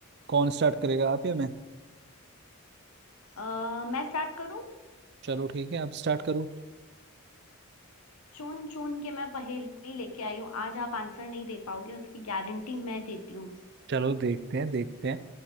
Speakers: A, on the right; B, on the left.
A: कौन स्टार्ट करेगा आप या मैं
B: आ, मैं स्टार्ट करूँ
A: चलो ठीक है आप स्टार्ट करो
B: चुन चुन के मैं पहेली लेके आई हूँ आज आप आंसर नहीं दे पाओगे उसकी गारंटी मैं देती हूँ
A: चलो देखते हैं देखते